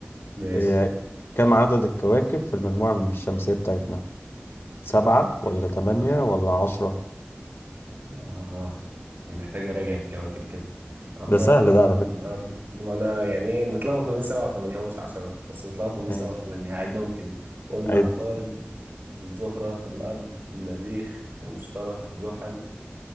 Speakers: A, on the right (about 60°); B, on the left (about 85°).
A: ماشي
B: آه كم عدد الكواكب في المجموعة الشمسية بتاعتنا سبعة ولا تمانية
A: اه
B: ولا عشرة
A: آه محتاج أراجع الكواكب كده عطارد
B: ده سهل ده على فكرة
A: الأرض ما أنا يعني إيه متلخبط ما بين سبعة وتمانية هو مش عشرة بس متلخبط
B: <laughs>
A: ما بين
B: ماشي
A: سبعة وتمانية هعدهم كده قلنا
B: عد
A: عطارد والزهرة الأرض المريخ المشتري زحل